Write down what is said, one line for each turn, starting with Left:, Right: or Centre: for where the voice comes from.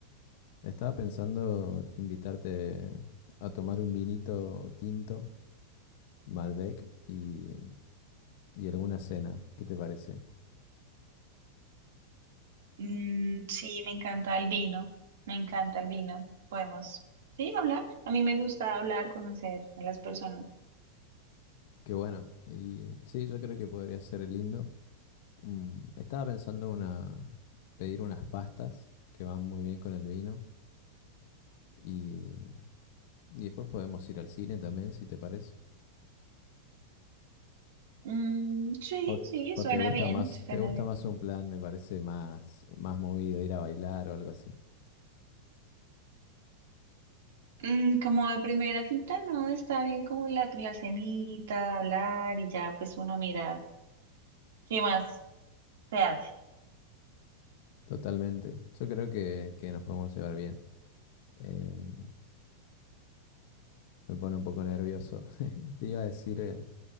Left: Estaba pensando invitarte a tomar un vinito tinto, Malbec, y y alguna cena, ¿qué te parece?
Right: Mm, sí, me encanta el vino, me encanta el vino. Podemos, sí, hablar. A mí me gusta hablar, conocer a las personas.
Left: Qué bueno. Y sí, yo creo que podría ser lindo. Mm, estaba pensando una pedir unas pastas que van muy bien con el vino y, y después podemos ir al cine también, si te parece.
Right: Mm, sí,
Left: O,
Right: sí,
Left: o
Right: suena
Left: te gusta
Right: bien,
Left: más,
Right: suena
Left: te gusta
Right: bien.
Left: más un plan, me parece más, más movido, ir a bailar o algo así.
Right: Mm, como de primera cita, no, está bien como la, la cenita, hablar y ya, pues uno mira qué más se hace.
Left: Totalmente. Yo creo que, que nos podemos llevar bien. Em, me pone un poco nervioso. <laughs> Te iba a decir eh,